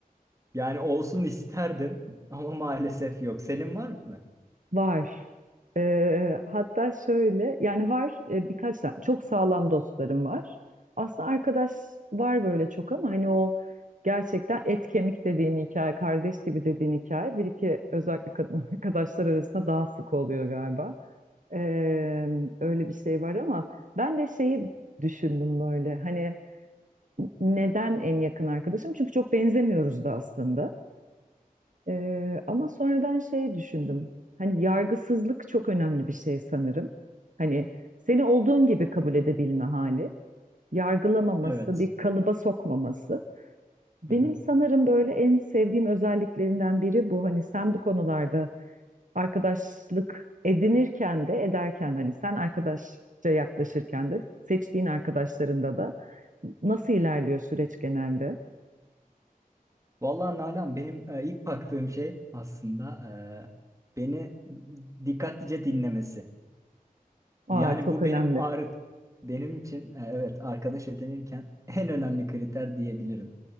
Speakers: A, on the right; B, on the right.
A: Yani olsun isterdim <laughs> ama maalesef yok. Senin var mı?
B: Var. Ee, hatta şöyle yani var e, birkaç tane çok sağlam dostlarım var. Aslında arkadaş var böyle çok ama hani o gerçekten et kemik dediğin hikaye, kardeş gibi dediğin hikaye bir iki özellikle kadın <laughs> arkadaşlar arasında daha sık oluyor galiba. Ee, öyle bir şey var ama ben de şeyi düşündüm böyle hani neden en yakın arkadaşım? Çünkü çok benzemiyoruz da aslında. Ee, ama sonradan şey düşündüm. Hani yargısızlık çok önemli bir şey sanırım. Hani seni olduğun gibi kabul edebilme hali, yargılamaması,
A: Evet.
B: bir kalıba sokmaması. Benim
A: Hı hı.
B: sanırım böyle en sevdiğim özelliklerinden biri bu. Hani sen bu konularda arkadaşlık edinirken de ederken hani sen arkadaşça yaklaşırken de seçtiğin arkadaşlarında da nasıl ilerliyor süreç genelde?
A: Vallahi Nalan benim e, ilk baktığım şey aslında e, beni dikkatlice dinlemesi.
B: Aa
A: Yani
B: çok
A: bu
B: önemli.
A: benim ağrı benim için e, evet arkadaş edinirken <laughs> en önemli kriter diyebilirim.